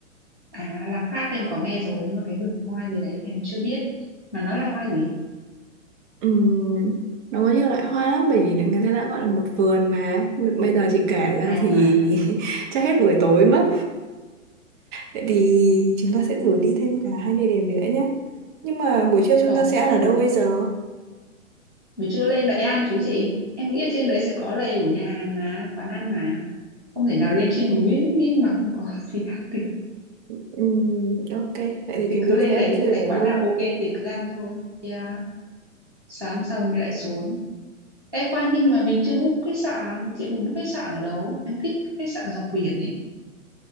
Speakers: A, in the centre; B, on the right (about 35°).
A: À làng Pháp em có nghe rồi nhưng mà cái vườn hoa gì đấy thì em chưa biết. Mà nó là hoa gì?
B: Ừm, nó có nhiều loại hoa lắm bởi vì người ta đã gọi là một vườn mà. B- Bây giờ chị kể ra
A: À
B: thì
A: à.
B: <laughs> chắc hết buổi tối mất. Vậy thì chúng ta sẽ thử đi thêm cả hai địa điểm nữa nhé. Nhưng mà buổi trưa chúng
A: Ok.
B: ta sẽ ăn ở đâu bây giờ?
A: Mình chưa lên đấy ăn chú chị. Em nghĩ ở trên đấy sẽ có đầy đủ nhà hàng mà, quán ăn mà. không thể nào lên trên núi ý mà không có <laughs> gì ăn được
B: Ừm, ok, vậy thì
A: thì
B: chúng
A: cứ
B: ta
A: lên
B: sẽ ăn
A: đấy
B: trưa
A: thì thấy
B: được
A: quán
B: luôn.
A: nào ok thì cứ ăn thôi yeah. sáng sau mình lại xuống Ê khoan nhưng mà mình chưa book khách sạn chị muốn book khách sạn ở đâu em thích khách sạn dọc biển ấy